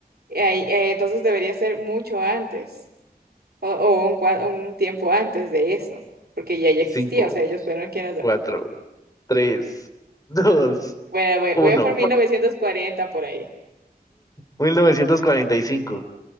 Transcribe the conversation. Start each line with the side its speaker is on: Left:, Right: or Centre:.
Right: hay- eh, entonces debería ser mucho antes o, o un, cua- un tiempo antes de eso, porque ya ya
Left: Cinco,
Right: existía, o sea, ellos fueron quienes lo-
Left: cuatro, tres, <laughs> dos,
Right: Bueno, voy,
Left: uno.
Right: voy a por 1940 por ahí.
Left: mil novecientos cuarenta y cinco.